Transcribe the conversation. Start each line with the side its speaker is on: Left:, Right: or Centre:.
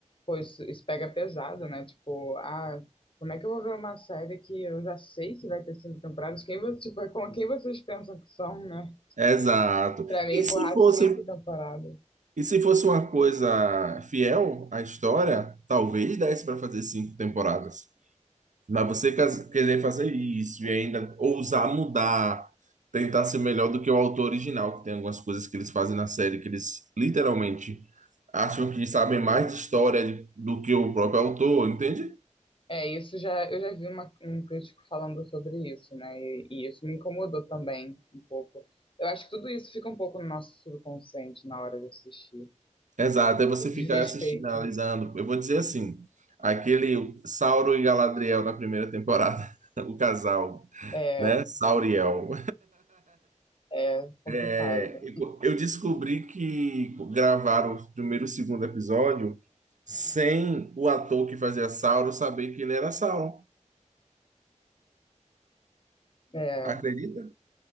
Left: pô, isso, isso pega pesado, né? Tipo, ah, como é que eu vou ver uma série que eu já sei que vai ter cinco temporadas? Quem, vo- tipo, com quem vocês pensam que são, né?
Right: Exato.
Left: Pra mim,
Right: E
Left: empurrar
Right: se fosse,
Left: cinco temporadas.
Right: e se fosse uma coisa fiel à história, talvez desse para fazer cinco temporadas. Mas você cas- querer fazer isso e ainda ousar mudar, tentar ser melhor do que o autor original, que tem algumas coisas que eles fazem na série que eles literalmente acham que sabem mais de história de- do que o próprio autor, entende?
Left: É, isso já, eu já vi uma- um crítico falando sobre isso, né? E, e isso me incomodou também um pouco. Eu acho que tudo isso fica um pouco no nosso subconsciente na hora de assistir.
Right: Exato, aí você
Left: Esse
Right: fica
Left: desrespeito
Right: assistindo, analisando. Eu vou dizer assim, aquele Sauron e Galadriel na primeira temporada, <laughs> o casal,
Left: é,
Right: né? Sauriel.
Left: é complicado.
Right: É, Eu eu descobri que gravaram o primeiro e o segundo episódio sem o ator que fazia Sauron saber que ele era Sauron.
Left: É,
Right: Acredita?